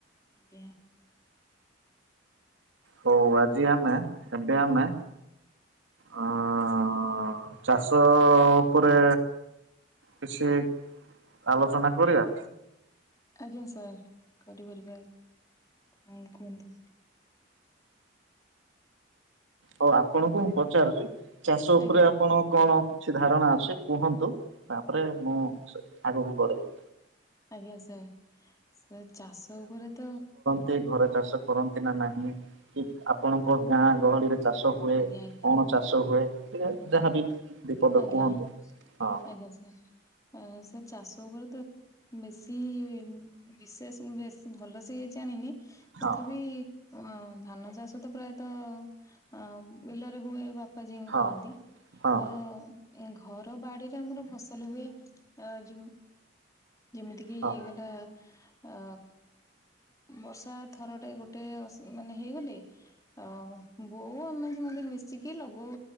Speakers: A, on the left; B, on the right.
A: ଆଜ୍ଞା।
B: ହଉ ଆଜି ଆମେ ଏବେ ଆମେ ଅଁ ଚାଷ ଅ ଉପରେ କିଛି ଆଲୋଚନା କରିବା।
A: ଆଜ୍ଞା ସାର୍ କରିପାରିବା ହଁ କୁହନ୍ତୁ।
B: ହଉ ଆପଣଙ୍କୁ ମୁଁ ପଚାରୁଚି ଚାଷ ଉପରେ
A: ଆଜ୍ଞା
B: ଆପଣ କଣ କିଛି ଧାରଣା ଅଛି କୁହନ୍ତୁ ତାପରେ ମୁଁ ଆଗକୁ ବଢିବି।
A: ଆଜ୍ଞା ସାର୍ ସାର୍ ଚାଷ ଉପରେ ତ
B: କିଏ ଘର ଚାଷ କରନ୍ତି ନା ନାହିଁ କି ଆପଣଙ୍କ ଗାଁ ଗହଳିରେ ଚାଷ ହୁଏ
A: ଆଜ୍ଞା ଆଜ୍ଞା
B: କଣ ଚାଷ ହୁଏ ଇଏ ଯାହାବି ଦି ପଦ
A: ଆଜ୍ଞା
B: କୁହନ୍ତୁ ହଁ
A: ଆଜ୍ଞା ସାର୍ ଆ ସା ଚାଷ ଉପରେ ତ ବେଶୀ ବିଶେଷ ବେଶ୍ ଭଲ ସେ କି ଜାଣିନି।
B: ହଁ
A: ତଥାପି ଅ, ମ ଧାନ ଚାଷ ତ ପ୍ରାୟତଃ ଅ ବିଲରେ ହୁଏ ବା ଉପାଜିଙ୍ଗ
B: ହଁ
A: କରନ୍ତି
B: ହଁ
A: ତ ଘର ବାଡ଼ିରେ ଆମର ଫସଲ ହୁଏ ଅ ଯେ ଯେମିତି କିି
B: ହଁ
A: ହେଇଗଲା ଅ ବର୍ଷା ଥର ଟେ ଗୋଟେ ଅସ ମାନେ ହେଇଗଲେ ଓ ବୋଉ ଆମେ ସେମତେ ମିଶିକି ଲଗଉ